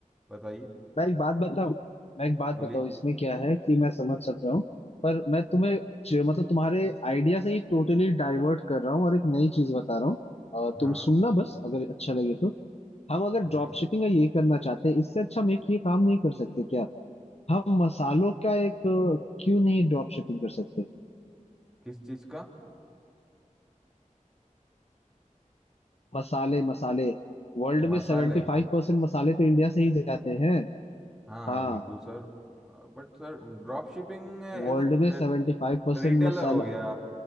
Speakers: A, in the centre; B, on the left (about 50°).
A: बताइए
B: मैं एक बात बताऊं मैं एक बात
A: बोलिए
B: बताऊं इसमें क्या है कि मैं समझ सक रहा हूँ पर मैं तुम्हें जो- मतलब तुम्हारे आइडिया से ही टोटली डाइवर्ट कर रहा हूँ और एक नई चीज बता रहा हूँ अ,
A: हाँ
B: तुम सुनना बस अगर अच्छा लगे तो हम अगर
A: हम्म
B: ड्रॉप शिपिंग या ये करना चाहते हैं इससे अच्छा हम एक ये काम नहीं कर सकते क्या हम मसालों का एक अ, क्यों नहीं ड्रॉप शिपिंग कर सकते
A: किस चीज का
B: मसाले मसाले वर्ल्ड
A: मसाले
B: में सेवेंटी
A: हाँ
B: फाइव परसेंट मसाले तो इंडिया से ही जाते हैं
A: हाँ
B: हाँ
A: बिल्कुल sir But sir drop shipping as
B: वर्ल्ड
A: an
B: में सेवेंटी फाइव परसेंट
A: retailer
B: मसाला
A: हो गया